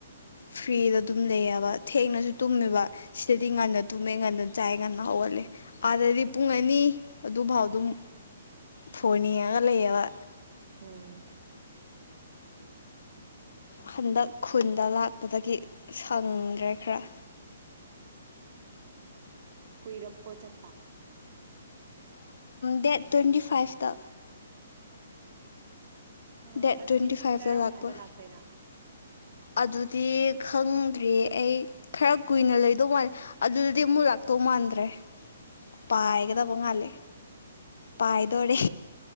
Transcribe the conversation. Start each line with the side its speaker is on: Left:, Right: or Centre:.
Left: ꯐ꯭ꯔꯤꯗ ꯑꯗꯨꯝ ꯂꯩꯌꯦꯕ ꯊꯦꯡꯅꯁꯨ ꯇꯨꯝꯃꯦꯕ ꯁꯤꯗꯗꯤ ꯉꯟꯅ ꯇꯨꯝꯃꯦ ꯉꯟꯅ ꯆꯥꯏ ꯉꯟꯅ ꯍꯧꯒꯜꯂꯦ ꯑꯥꯗꯗꯤ ꯄꯨꯡ ꯑꯅꯤ ꯑꯗꯨꯐꯥꯎ ꯑꯗꯨꯝ ꯐꯣꯅꯤꯒ ꯂꯩꯑꯕ
Right: ꯎꯝ
Left: ꯍꯟꯗꯛ ꯈꯨꯟꯗ ꯂꯥꯛ ꯗꯒꯤ ꯁꯪꯗ꯭ꯔꯦ ꯈꯔ
Right: ꯀꯨꯏꯔꯝꯕꯣ ꯆꯠꯄ
Left: ꯗꯦꯠ ꯇ꯭ꯋꯦꯟꯇꯤ ꯐꯥꯏꯚꯇ
Right: ꯑꯣ
Left: ꯗꯦꯠ
Right: ꯑꯗꯨꯗꯤ
Left: ꯇ꯭ꯋꯦꯟꯇꯤ ꯐꯥꯏꯚꯗ
Right: ꯀꯔꯝ
Left: ꯂꯥꯛꯄ
Right: ꯀꯥꯟꯗ ꯂꯥꯛꯇꯣꯏꯅꯣ
Left: ꯑꯗꯨꯗꯤ ꯈꯪꯗ꯭ꯔꯔꯤ ꯑꯩ ꯈꯔ ꯀꯨꯏꯅ ꯂꯩꯗꯧ ꯃꯥꯜꯂꯦ ꯑꯗꯨꯗꯗꯤ ꯑꯃꯨꯛ ꯂꯥꯛꯇꯧ ꯃꯥꯟꯗ꯭ꯔꯦ ꯄꯥꯏꯒꯗꯕ
Right: ꯀꯔꯤꯒꯤꯅꯣ
Left: ꯃꯥꯜꯂꯦ ꯄꯥꯏꯗꯣꯔꯦ